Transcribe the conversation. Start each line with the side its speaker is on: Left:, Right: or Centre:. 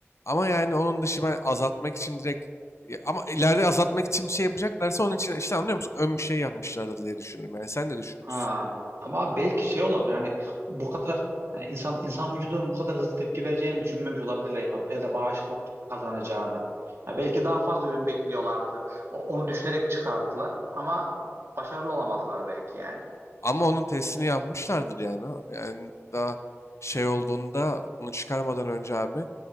Left: Ama yani onun dışı ben azaltmak için direkt Ya ama ileride azaltmak için bir şey yapacaklarsa onun için işte anlıyor musun? Ön bir şey yapmışlardır diye düşünüyorum. yani. Sen de düşünüyorsun.
Right: Ha. Ama belki şey olabilir hani bu kadar hani insan insan vücudunun bu kadar hızlı tepki vereceğini düşünmemiş olabilirler yine, ya da bağışıklık kazanacağını. Ya belki daha fazla ölüm bekliyorlardı. O- onu düşünerek çıkardılar ama başarılı olamadılar belki yani.
Left: Ama onun testini yapmışlardır yani. Yani daha şey olduğunda bunu çıkarmadan önce abi